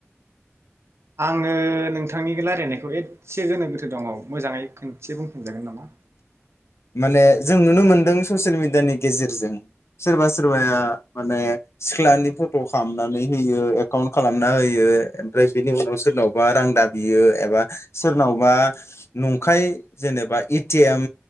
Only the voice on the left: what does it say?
माने जों नुनो मोनदों ससियेल मिेडियानि गेजेरजों सोरबा सोरबाया माने सिख्लानि फट' खालामनानै होयो एकाउन्ट खालामना होयो ओमफ्राय बेनि उनाव सोरनावबा रां दाबियो एबा सोरनावबा नंखाय जेनेबा ए टि एम